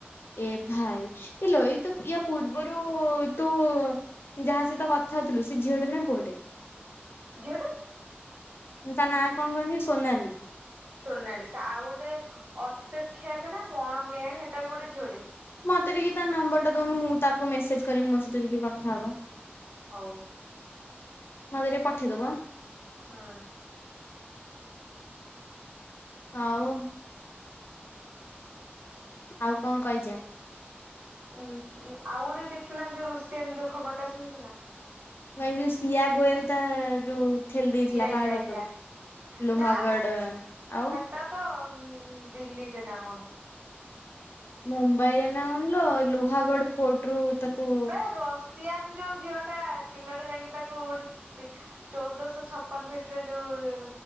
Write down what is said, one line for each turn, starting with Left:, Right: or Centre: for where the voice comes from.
Left: ଏ ଭାଇ ଇଲୋ ଏ ତ ୟା ପୂର୍ବରୁ ତୁ ଯାହା ସହିତ କଥା ହଉଥିଲୁ ସେ ଝିଅଟେ ନା ପୁଅଟେ?
Right: ଜିଅଟେ।
Left: ତା ନାଁ କଣ କହନି ସୋନାଲି।
Right: ସୋନାଲିସା ଆଉ ଗୋଟେ ଅସେବକ୍ଷେବ୍ ନା କଣ କେୟାଣି ହେଟା ବି ଗୋଟେ ଝିଅଟେ।
Left: ମତେ ଟିକେ ତା ନମ୍ବର ଟା ଦଉନୁ ମୁଁ ତାକୁ ମେସେଜ କରିବି ମୋ ସହିତ ଟିକେ କଥା ହବ।
Right: ହଉ।
Left: ମତେ ଟିକେ ପଠେଇଦବୁ।
Right: ହଁ।
Left: ଆଉ। ଆଉ କଣ କହିଯା।
Right: ଉୁଁ ଉଁ ଆଉ ଗୋଟେ ଦେଖୁ ଚୂ ନା ଯୋଉ ରୁଷିଆନ ଯୋଉ ଖବରଟା ଶୁଣଛୁ ନା?
Left: ଭାଇ ଯଉ ସିୟ ଗୋଏଲ ତାଥା ଯୋଉ ଠେଲି ଦେଇଥିଲା
Right: ୟା
Left: ପାହାଡ
Right: ୟା
Left: ଉପରୁ
Right: ୟା
Left: ଲୋହାଗଡ଼
Right: ନା ବେ
Left: ଆଉ।
Right: ହେଟା ତ ଉଁ ଦିଲ୍ଲୀରେ ନା କଣ।
Left: ମୁମ୍ବାଇ ନା କଣଲୋ ଲୁହାଗଡ ଫୋର୍ଟ ରୁ ତାକୁ
Right: ବେ ରସିଆନ ଯୋଉ ଝିଅ ଟା ପିଲାଟା ଯାଇକି ତାକୁ ଗୋଟେ ଚଉଦଶହ ଛପନ ଫିଟ ଯ ଯୋଉ